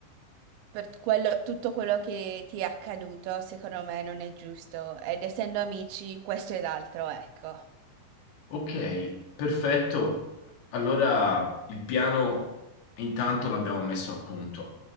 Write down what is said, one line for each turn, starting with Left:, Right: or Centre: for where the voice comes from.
Right: per quello- tutto quello che ti è accaduto, secondo me non è giusto. Ed essendo amici, questo ed altro, ecco.
Left: Ok, perfetto. Allora il piano intanto l'abbiamo messo a punto.